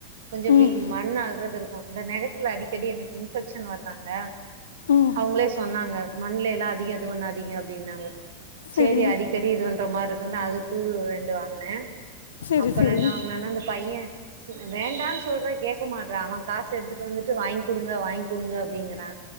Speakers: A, on the right; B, on the left.
A: கொஞ்ச இப்டி
B: ம்
A: மண் அல்றது இருக்கு இந்த நெகத்துல அடிக்கடி எனக்கு இன்ஃபெக்க்ஷன் வருதாங்க
B: ம்
A: அவுங்களே சொன்னாங்க மண்ணல எல்லா அதிக இது பண்ணாதீங்க அப்டின்னாங்க
B: சரி
A: செரி அடிக்கடி இது பண்ற மார்ருக் மின்ன அது தூள் ரெண்டு வாங்கனே
B: சரி
A: அப்பற
B: சரி
A: என்ன வாங்கனனா அந்த பைய வேண்டான் சொல்ற கேக்க மாட்றா அவ காசு எடுத்துட்டு வந்துட்டு வாய்ங் குடுங்க வாய்ங்க் குடுங்க அப்டிங்கறா